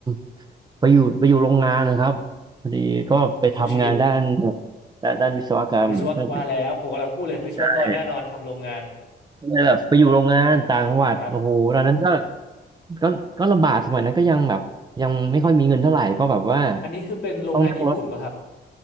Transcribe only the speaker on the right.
ำไปอยู่ไปอยู่โรงงานนะครับพอดีก็ไปทำงานด้าน
ด้านด้านวิศวกรรมก็ไป
ใช่ก็เลยแบบไปอยู่โรงงานต่างจังหวัดโอ้โหตอนนั้นก็
ก็ก็ลำบากสมัยนั้นก็ยังแบบยังไม่ค่อยมีเงินเท่าไหร่ก็แบบว่า
ต้องนั่งรถ